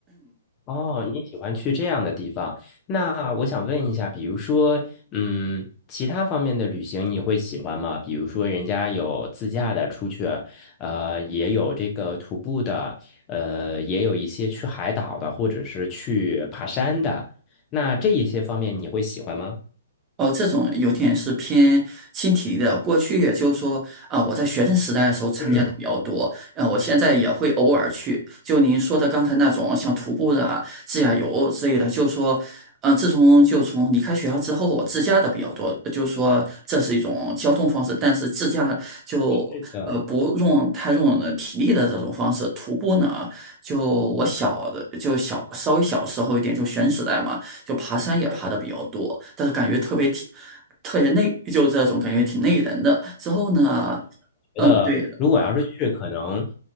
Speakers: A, on the left; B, on the right.
A: 哦，你喜欢去这样的地方？那我想问一下，比如说，嗯，其他方面的旅行你会喜欢吗？比如说，人家有自驾的出去，呃，也有这个徒步的，呃，也有一些去海岛的，或者是去爬山的。那这一些方面你会喜欢吗？
B: 哦，这种有点是偏轻体力的。过去也就是说，啊、我在学生时代的时候参加的比较多，
A: 嗯，
B: 嗯、我现在也会偶尔去。就您说的刚才那种像徒步的啊、自驾游之类的，就是说，嗯、自从就从离开学校之后，我自驾的比较多，就是说这是一种交通方式，但是自驾就呃不用太用了体力的这种方式。
A: 是的，
B: 徒步呢，就我小的就小稍微小时候一点，就学生时代嘛。就爬山也爬的比较多，但是感觉特别挺，特别累，就这种感觉挺累人的。之后呢，
A: 觉得如果要是去，
B: 嗯，对的，
A: 可能